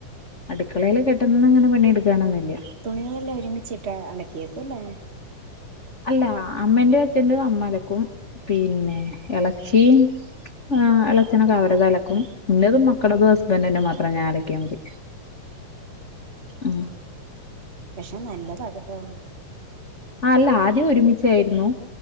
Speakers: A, on the left; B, on the right.
A: അടുക്കളയില് പെട്ടന്ന ഇങ്ങനെ പണിയെടുക്കാനൊന്നുല്ല
B: തുണികളെല്ലാം ഒരുമിച്ചിട്ട് അലക്കിയേക്കുംല്ലേ
A: അല്ല അമ്മേന്റെ അച്ഛന്റെ അമ്മ അലക്കും പിന്നെ എളച്ചി ആ് എച്ഛനൊക്കെ അവരത അലക്കും ഇൻന്റതും മക്കളതും ഹസ്ബൻഡറന്റെ മാത്രം ഞാൻ അലക്കിയാമതി.
B: ഉം ഉം
A: ഉ
B: പക്ഷെ നല്ലതാകട്ടോ അങ്ങനെ
A: ആ അല്ല ആദ്യം ഒരുമിച്ചായിരുന്നു